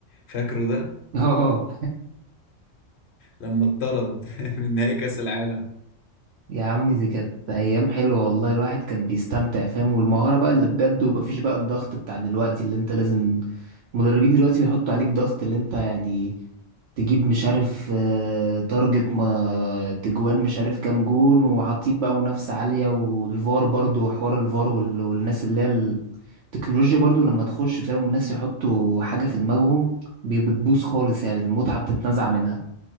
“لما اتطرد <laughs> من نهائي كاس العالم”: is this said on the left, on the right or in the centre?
Left